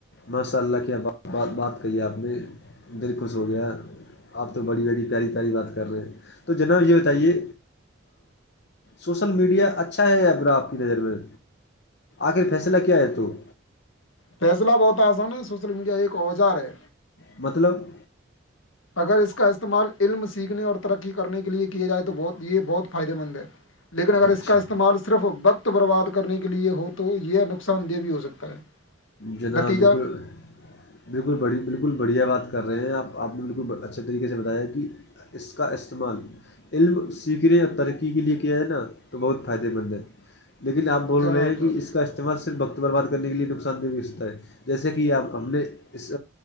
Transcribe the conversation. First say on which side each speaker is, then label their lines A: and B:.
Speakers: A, on the left; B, on the left.
A: ماشاء اللہ کیا بات کہی آپ نے دل خوش ہو گیا آپ تو بڑی بڑی پیاری پیاری بات کر رہے ہیں تو جناب یہ بتائیے سوشل میڈیا اچھا ہے یابرا آپ کی نظر میں آخر فیصلہ کیا ہے تو
B: فیصلہ بہت آسان ہے سوشل میڈیا ایک اوزار ہے
A: مطلب
B: اگر اس کا استعمال علم سیکھنے اور ترقی کرنے کے لئے کیا جائے تو بہ یہ بہت فائدہ مند ہے لیکن اگر
A: اچھا
B: اس کا استعمال صرف وقت برباد کرنے کے لیے ہو تو یہ نقصان دہ بھی ہو سکتا ہے
A: جناب
B: نتیجہ
A: بالکل بالکل بڑھی بالکل بڑھیا بات کر رہے ہیں آپ آپ نے بالکل اچھے طریقے سے بتایا کہ اس کا استعمال علم سیکھنے اور ترقی کے لیے کیا ہے نا تو بہت فائدے مند ہے لن آپ بول
B: جناب
A: رہے ہیں
B: جناب
A: کہ اس کا استعمال صرف بقت برباد کرنے کےے نقصان سند و ہے جیسے کہ آپ ہم نے اس